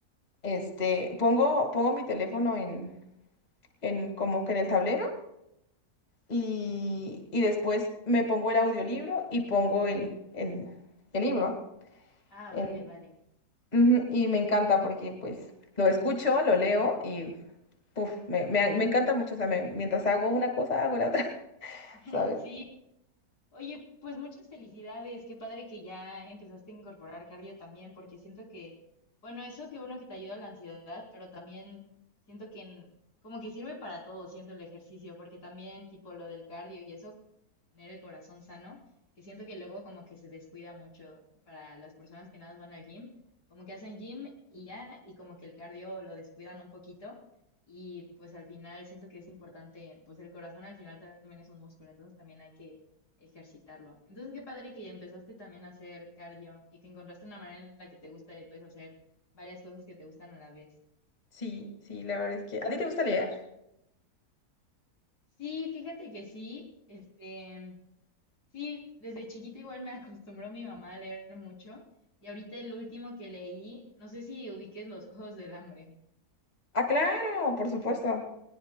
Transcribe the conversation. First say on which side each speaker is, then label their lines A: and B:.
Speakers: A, on the left (about 25°); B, on the left (about 85°).
A: este, pongo, pongo mi teléfono en, en como que en el tablero y, y después me pongo el audiolibro y pongo el, el, el libro.
B: Ah,
A: en-
B: vale, vale.
A: Ujú, y me encanta porque pues lo escucho, lo leo y puf, me, me- me encanta mucho. O sea, me- mientras hago una cosa, hago la otra, <laughs>
B: <laughs>
A: ¿sabes?
B: Sí, Oye, pues muchas felicidades. Qué padre que ya empezaste a incorporar cardio también, porque siento que, bueno, eso que uno que te ayuda a la ansiedad, pero también siento que en- como que sirve para todo, siento el ejercicio, porque también tipo lo del cardio y eso tener el corazón sano, que siento que luego como que se descuida mucho para las personas que nada más van al gym, como que hacen gym y ya, y como que el cardio lo descuidan un poquito. Y pues al final siento que es importante, pues el corazón al final también es un músculo, entonces también hay que ejercitarlo. Entonces qué padre que empezaste también a hacer cardio y que encontraste una manera en la que te gusta y puedes hacer varias cosas que te gustan a la vez.
A: Sí, sí, la verdad es que... ¿A ti te gusta leer?
B: Sí, fíjate que sí, este, Sí, desde chiquita igual me acostumbró mi mamá a leer mucho. Y ahorita el último que leí, no sé si ubiques Los Juegos del Hambre.
A: Ah, claro, por supuesto.